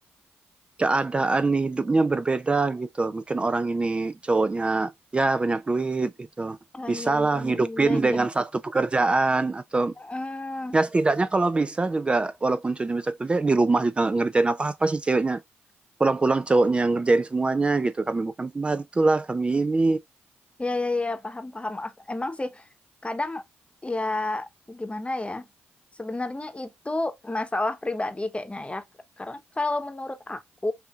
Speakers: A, on the right (about 20°); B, on the left (about 25°).
A: keadaan hidupnya berbeda gitu. Mungkin orang ini cowoknya ya banyak duit gitu.
B: Ah,
A: Bisa
B: iya, iya,
A: lah ngidupin
B: iya. iya.
A: dengan satu pekerjaan atau
B: Heeh.
A: ya setidaknya kalau bisa juga walaupun cowoknya bisa kerja di rumah juga nggak ngerjain apa-apa sih ceweknya. Pulang-pulang cowoknya yang ngerjain semuanya gitu. Kami bukan pembantu lah, kami ini.
B: Iya, iya, iya, paham, paham. Ak- Emang sih, kadang ya gimana ya, sebenarnya itu masalah pribadi kayaknya ya. Karena kalau menurut aku,